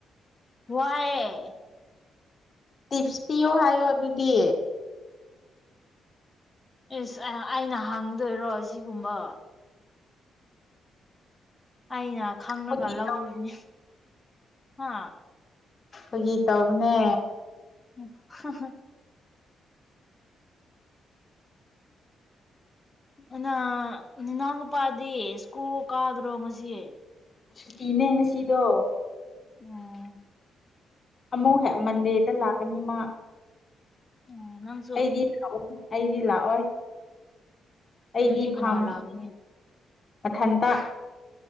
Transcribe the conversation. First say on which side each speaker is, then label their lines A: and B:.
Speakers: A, on the left (about 20°); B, on the left (about 45°).
A: ꯋꯥꯏꯌꯦ
B: ꯇꯤꯞꯁ ꯄꯤꯌꯣ ꯍꯥꯏꯌꯣ ꯑꯗꯨꯗꯤ
A: ꯏꯁ ꯑꯩꯅ ꯍꯪꯗꯣꯏꯔꯣ ꯁꯤꯒꯨꯝꯕ ꯑꯩꯅ ꯈꯪꯉꯒ
B: ꯐꯥꯒꯤ
A: ꯂꯧꯔꯅꯤ
B: ꯇꯧ
A: ꯍꯥ
B: ꯐꯥꯒꯤ ꯇꯧꯕꯅꯦ
A: <inaudible> ꯑꯅ ꯅꯅꯥꯎ ꯅꯨꯄꯥꯗꯤ ꯁ꯭ꯀꯨꯜ ꯀꯥꯗ꯭ꯔꯣ ꯉꯁꯤ
B: ꯁꯨꯇꯤꯅꯦ ꯉꯁꯤꯗꯣ
A: ꯑꯣ
B: ꯑꯃꯨꯛ ꯍꯦꯛ ꯃꯟꯗꯦꯗ ꯂꯥꯛꯀꯅꯤ ꯃꯥ
A: ꯎꯪ ꯅꯪ
B: ꯑꯩꯗꯤ ꯂꯥꯛꯑꯣ ꯑꯩꯗꯤ ꯂꯥꯛꯑꯣꯏ ꯑꯩꯗꯤ
A: ꯑꯗꯨꯗꯤ ꯀꯅꯥ
B: ꯐꯥꯝ
A: ꯂꯥꯛꯀꯅꯤ
B: ꯑꯊꯟꯇ